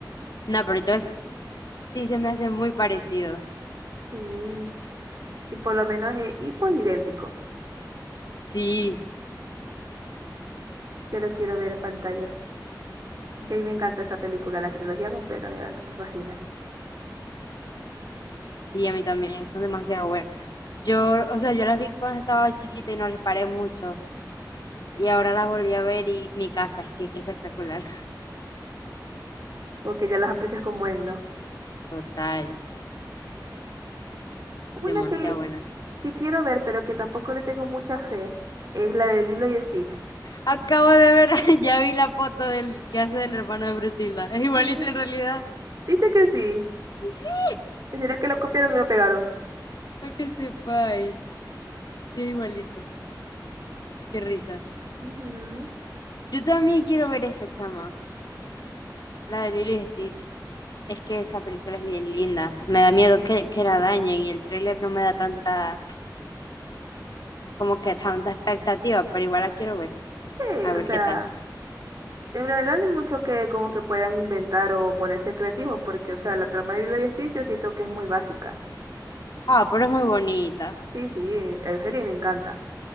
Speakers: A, on the left (about 65°); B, on the right (about 50°).
A: No, pero entonces sí se me hace muy parecido.
B: Sí. Y por lo menos es, y pues idéntico.
A: Sí,
B: Ya lo quiero ver en pantalla. Que a mí me encanta esa película, la trilogía completa, me me fascina.
A: sí, a mí también, son demasiado buenas. Yo, o sea, yo las vi cuando estaba chiquita y no les paré mucho. Y ahora las volví a ver y mi casa, es que qué espectacular. <laughs>
B: Porque ya las aprecias como es, ¿no?
A: Total,
B: Una
A: demasiado
B: que,
A: buena.
B: que quiero ver, pero que tampoco le tengo mucha fe, es la de Lilo y Stitch.
A: Acabo de ver, <laughs> ya vi la foto del que hace del hermano de Brutila. Es igualito
B: Ujú.
A: en realidad.
B: ¿Viste que sí?
A: Sí.
B: ¿Será que lo copiaron y lo pegaron?
A: Para que sepa, sí, es igualito. Qué risa.
B: Ujú.
A: Yo también quiero ver esa chama, la de Lilo y Stitch. Es que esa película es bien linda. Me da miedo que, que la dañen y el tráiler no me da tanta, como que tanta expectativa, pero igual la quiero ver.
B: Sí,
A: A
B: o
A: ver
B: sea,
A: qué tal.
B: en realidad no hay mucho que como que puedan inventar o ponerse creativos, porque, o sea, la trama de Lilo y Stitch yo siento que es muy básica.
A: Ah, pero es muy bonita.
B: Sí, sí, yo sé que me encanta.